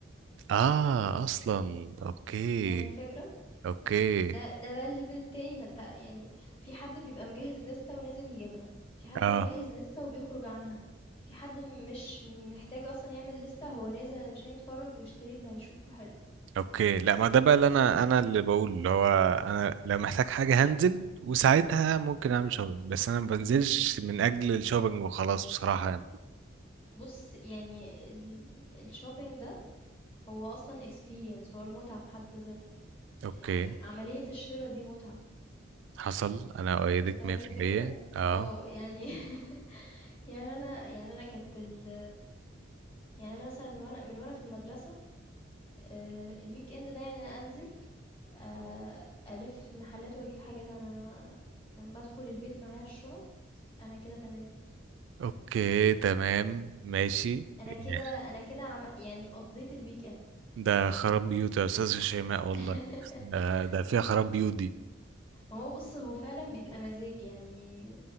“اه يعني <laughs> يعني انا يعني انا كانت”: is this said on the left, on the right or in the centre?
Left